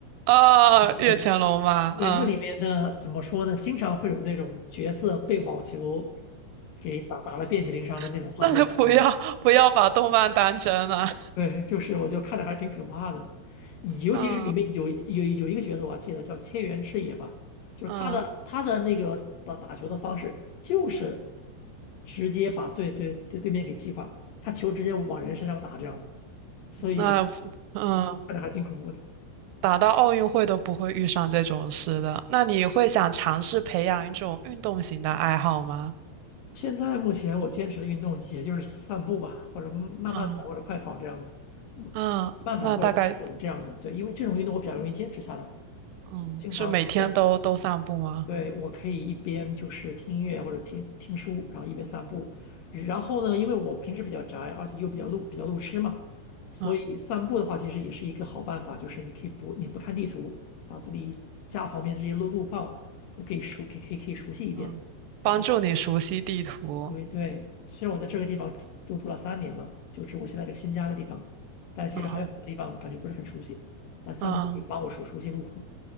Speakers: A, on the right (about 80°); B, on the left (about 70°).
A: 啊，
B: 对吧对
A: 越前龙嘛，
B: 对，
A: 嗯，
B: 那里面的怎么说呢？经常会有那种角色被网球给打打了遍体鳞伤的那种画面，
A: <laughs> 那就不要不要把动漫当真了。
B: 你知道吗？对，就是我就看着还挺可怕的，尤其是里面有有有一个角色我还记得叫千原赤野吧，
A: 那
B: 就是他的他的那个打打球的方式就是
A: 嗯，
B: 直接把对对对对面给击垮，他球直接往人身上打这样的，所以
A: 那嗯，
B: 看着还挺恐怖的。
A: 打到奥运会都不会遇上这种事的。那你会想尝试培养一种运动型的爱好吗？
B: 现在目前我坚持的运动也就是散步吧，或者慢慢跑或者快跑这样的，
A: 嗯。
B: 嗯，
A: 啊，
B: 慢跑或者快走这样的。
A: 那大概
B: 对，因为这种运动我比较容易坚持下来。
A: 嗯，
B: 经常我
A: 是每天都都散步吗？
B: 对我可以一边就是听音乐或者听听书，然后一边散步。然后呢，因为我平时比较宅，而且又比较路比较路痴嘛，所以散步的话其实也是一个好办法，
A: 嗯
B: 就是你可以不你不看地图，把自己家旁边的这些路路况都可以熟可以可以可以熟悉一遍。
A: 嗯，帮助你熟悉地图。
B: 我觉得。对对，虽然我在这个地方住都住了三年了，就是我现在这个新家的地方，但其实还有很多地方感觉不是很熟悉。
A: 嗯
B: 但三步可以帮我熟熟悉路况。
A: 嗯